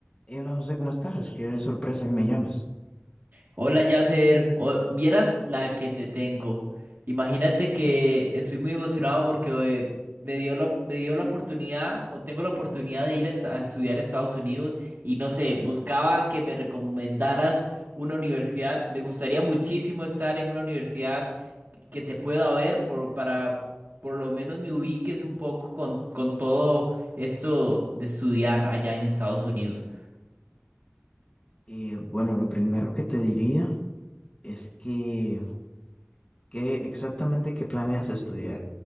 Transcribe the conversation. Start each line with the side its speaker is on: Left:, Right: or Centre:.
Left: Hey, Hola José, ¿cómo estás? Qué sorpresa que me llamas.
Right: Hola Yasser, O- vieras la que te tengo. Imagínate que estoy muy emocionado porque eh, me dio la, me dio la oportunidad o tengo la oportunidad de ir a, est- a estudiar a Estados Unidos y no sé, buscaba que me recomendaras una universidad. Me gustaría muchísimo estar en una universidad que te pueda ver por, para por lo menos me ubiques un poco con, con todo esto de estudiar allá en Estados Unidos.
Left: Eh, bueno, lo primero que te diría es que, ¿qué exactamente qué planeas estudiar?